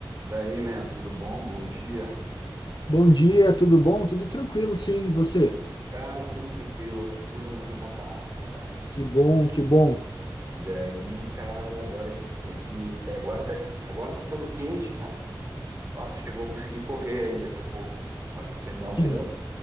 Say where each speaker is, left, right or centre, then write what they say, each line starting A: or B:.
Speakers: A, on the right; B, on the left.
A: Daí, man, tudo bom? Bom dia.
B: Bom dia, tudo bom? Tudo tranquilo, sim, e você?
A: Cara, tudo tranquilo, tudo na Santa Paz, cara.
B: Que bom, que bom.
A: E daí, cara, agora com esse tempinho aí que tá, agora tá, agora tá ficando quente, cara. Nossa, acho que eu vou conseguir correr aí daqui a pouco. A hora que terminar o
B: Que...
A: trampo,